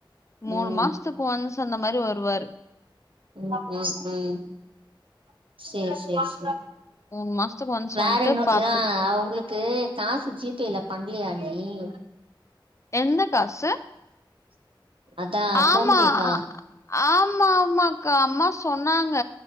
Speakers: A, on the left; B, on the right.
A: மூணு
B: ம்
A: மாசத்துக்கு ஒன்ஸ் அந்த மாரி வரு ருவாரு
B: உ உ உம் சேரி செ செ
A: மூணு மாசத்துக்கு ஒன்ஸ்
B: வேற
A: வந்ட்டு
B: என்ன
A: பாத்துட்டு
B: ஆ அவங்களுக்கு காசு ஜிபேல பண்ணலையா உம்
A: என்ன காசு
B: அதா
A: ஆமா
B: கோமுதி அக்கா
A: ஆ- ஆமா ஆமாக்கா அம்மா சொன்னாங்க